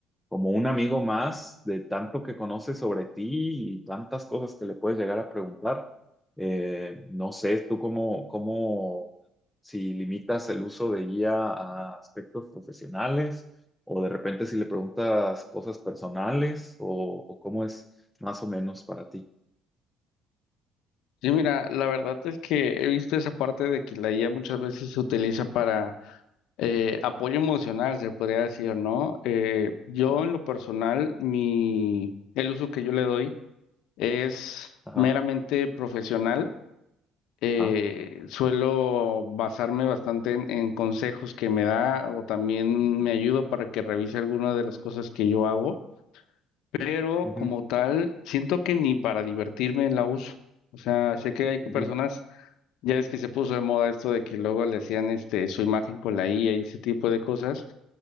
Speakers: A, in the centre; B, on the left (about 75°).
A: como un amigo más de tanto que conoce sobre ti y tantas cosas que le puedes llegar a preguntar. Eh, no sé, tú cómo, cómo, si limitas el uso de guía a aspectos profesionales o de repente si le preguntas cosas personales o, o cómo es más o menos para ti.
B: Sí, mira, la verdad es que he visto esa parte de que la IA muchas veces se utiliza para eh, apoyo emocional, se podría decir, ¿no? Eh, yo
A: Ajá,
B: en lo personal, mi, el uso que yo le doy es
A: ajá,
B: meramente profesional. Eh,
A: ajá,
B: suelo basarme bastante en, en consejos que me da o también me ayuda para que revise algunas de las cosas que yo hago. pero
A: ujú,
B: como tal, siento que ni para divertirme la uso. O sea, sé que hay personas,
A: ujú,
B: ya es que se puso de moda esto de que luego le hacían este su imagen con la IA y ese tipo de cosas,